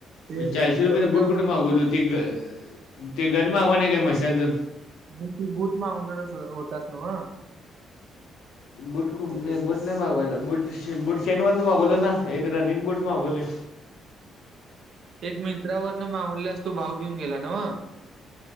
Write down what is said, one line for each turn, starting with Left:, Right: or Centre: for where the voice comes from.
Right: ते
Left: म चारशे
Right: तुझ्याकडनं
Left: रुपयचं बुट कुठे
Right: म्हणजे
Left: मागवलत? ते ग ते गन मागवाय नाही का मशादर
Right: नाही तू बूट मागवणार होतास नव्ह?
Left: बूट
Right: अजून
Left: नाय, बूट
Right: एक
Left: नाही मागवायला बूट, बूट शेन वरण मागवलो ना एक रनिंग बूट मागवलेय.
Right: एक मिंत्रावरन मागवलेलास तो भाव घेऊन गेला नव्ह?